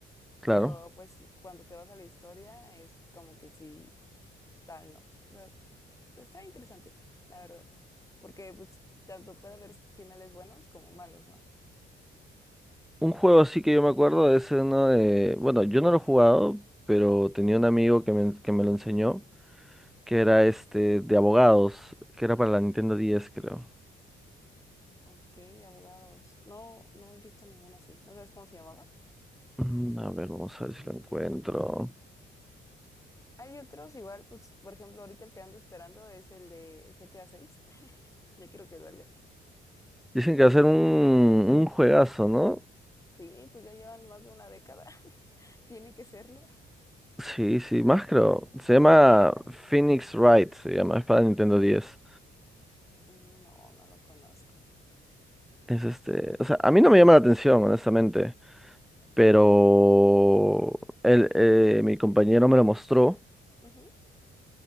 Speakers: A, in the centre; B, on the left.
A: claro.
B: pero pues cuando te vas a la historia es como que sí, tal, ¿no? O sea, está interesante, la verdad, porque pues tanto puede haber finales buenos como malos, ¿no?
A: Un juego así que yo me acuerdo es uno de... Bueno, yo no lo he jugado, pero tenía un amigo que me, que me lo enseñó, que era este de abogados, que era para la Nintendo diez creo.
B: Ok, de abogados. No, no he visto ninguna así. ¿No sabes cómo se llamaba?
A: Mm, A ver, vamos a ver si lo encuentro.
B: Hay otros igual, pues, por ejemplo, ahorita el que ando esperando es el de el GTA 6. <laughs> Ya quiero que salga.
A: Dicen que va a ser un, un juegazo, ¿no?
B: Sí, pues ya llevan más de una década. <laughs> Tiene que serlo.
A: Sí, sí, más creo. Se llama Phoenix Wright, se llama, es para Nintendo diez
B: Mm, No, no lo conozco.
A: Es este, o sea, a mí no me llama la atención, honestamente, pero él, eh, mi compañero me lo mostró.
B: Ujú.